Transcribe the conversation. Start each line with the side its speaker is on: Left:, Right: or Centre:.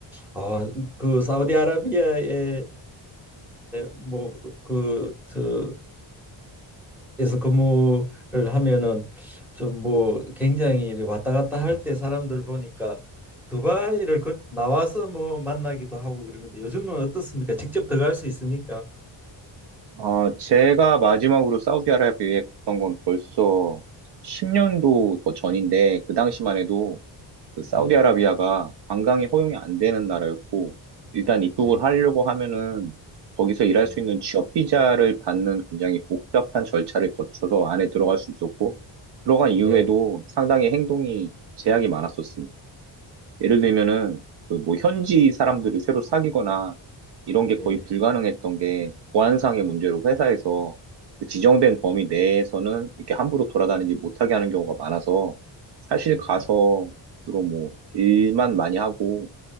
Centre: 아 그 사우디아라비아에 뭐그저에서 근무를 하면은 좀 뭐 굉장히 이래 왔다 갔다 할 때 사람들 보니까 두바이를 그 나와서 뭐 만나기도 하고 그러는데 요즘은 어떻습니까? 직접 들어갈 수 있습니까?
Right: 아, 제가 마지막으로 사우디아라비아에 갔던 건 벌써 10년도 더 전인데, 그 당시만 해도 그 사우디아라비아가
Centre: 음,
Right: 관광이 허용이 안 되는 나라였고 일단 입국을
Centre: 네,
Right: 하려고 하면은 거기서 일할
Centre: 네,
Right: 수 있는 취업 비자를 받는 굉장히 복잡한 절차를 거쳐서 안에 들어갈 수 있었고 들어간 이후에도
Centre: 네,
Right: 상당히 행동이 제약이 많았었습니다. 예를 들면은 그 뭐 현지 사람들을 새로 사귀거나 이런
Centre: 네,
Right: 게 거의 불가능했던 게 보안상의 문제로 회사에서 그 지정된 범위 내에서는 이렇게 함부로 돌아다니지 못하게 하는 경우가 많아서 사실
Centre: 네,
Right: 가서 주로 뭐 일만 많이 하고